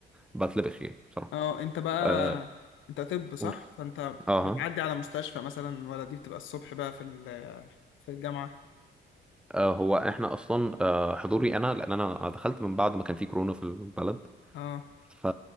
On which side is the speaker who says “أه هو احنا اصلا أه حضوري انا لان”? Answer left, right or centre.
Centre